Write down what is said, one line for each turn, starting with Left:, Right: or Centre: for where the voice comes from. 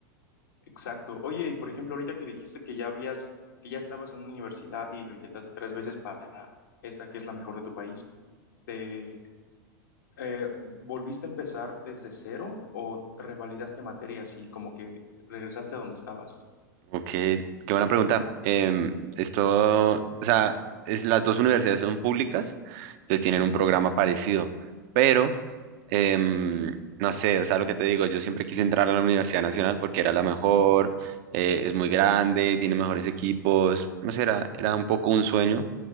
Left: Exacto. Oye, y por ejemplo, ahorita que dijiste que ya habías, que ya estabas en una universidad y lo intentaste tres veces para esta que es la mejor de tu país, ¿te eh, volviste a empezar desde cero o revalidaste materias y como que regresaste a donde estabas?
Right: Ok, qué buena pregunta. Em, esto, o sea, es, las dos universidades son públicas, entonces tienen un programa parecido, pero em, no sé, o sea, lo que te digo, yo siempre quise entrar a la Universidad Nacional porque era la mejor, eh, es muy grande, tiene mejores equipos, no sé, era, era un poco un sueño